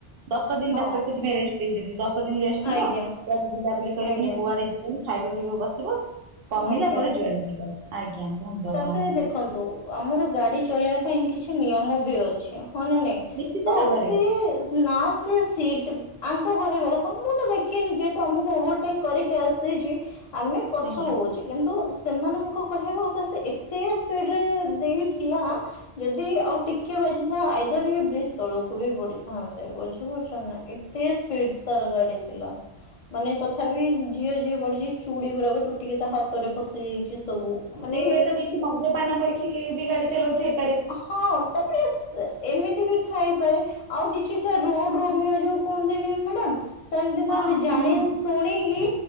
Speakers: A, on the right; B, on the left.
A: ଦଶ ଦିନ୍‌
B: ହଁ
A: ଡାକ୍ତର ସେଥିପାଇଁ ରେଷ୍ଟ ଦେଇଚନ୍ତି ଦଶ ଦିନ୍‌ ରେଷ୍ଟ
B: ଆଜ୍ଞା
A: ନିଅ। କୁଆଡେ ବୁଲାବୁଲି କରିବନି
B: ଆଜ୍ଞା
A: କୁଆଡେ ଯିବନି ଖାଇବ ପିଇବ ବସିବ କମିଲା
B: ଆଜ୍ଞା
A: ପରେ ଯୁଆଡେ ଯିବ। ଆଜ୍ଞା କୁହନ୍ତୁ ଆପଣ।
B: ତାପରେ ଦେଖନ୍ତୁ ଆମର ଗାଡି ଚଲେଇବା ପାଇଁ କିଛି ନିୟମ ବି ଅଛି ହଁ ନା ନାଇଁ।
A: ନିଶ୍ଚିତ
B: ତ
A: ଭାବରେ
B: ସିଏ ଲାଷ୍ଟେ ସିଟ୍ ଆଙ୍କ କହିବା କଥା ମୁଁ ତ ଦେଖିନି ଯେହେତୁ ଆମକୁ ଓଭରଟେକ୍ କରିକି ଆସିଛି ଆମେ କଥା
A: ଆଜ୍ଞା।
B: ହଉଛେ କିନ୍ତୁ ସେମାନଙ୍କ କହିବା କଥା ସେ ଏତେ ସ୍ପିଡରେ ଦେଇଥିଲା ଯଦି ଆଉ ଟିକେ ବାଜିଥା ଆଇଦର ଇଏ ବ୍ରିଜ ତଳକୁ ବି ପଡିଥାନ୍ତେ ବୁଝି ପାରୁଛ ନା। ଏତେ ସ୍ପିଡ୍‌ ତାର ଗାଡି ଥିଲା।
A: ହ
B: ମାନେ ତଥାପି ଯିଏ ଯିଏ ପଢିଛି ଚୁଡ଼ି ଗୁଡାକୁ ତୁଟିକି ତା ହାତରେ ପଶି ଯାଇଛି ସବୁ ମାନେ
A: ସେ ହୁଏତ କିଛି ମଦ୍ୟପାନ କରିକି ବି ଗାଡି ଚଲାଉ ଥାଇପାରେ।
B: ହଁ ତାପରେ ସେ ଏମିତି ବି ଥାଇପାରେ ଆଉ କିଛିଟା ରୋଡ ରୋମି ଯୋଉ କୁହନ୍ତିନି ମ୍ୟାଡାମ ସେମିତି
A: ହଁ
B: ଥାନ୍ତି
A: ହଁ
B: ଜାଣି
A: ହଁ
B: ଶୁଣିକି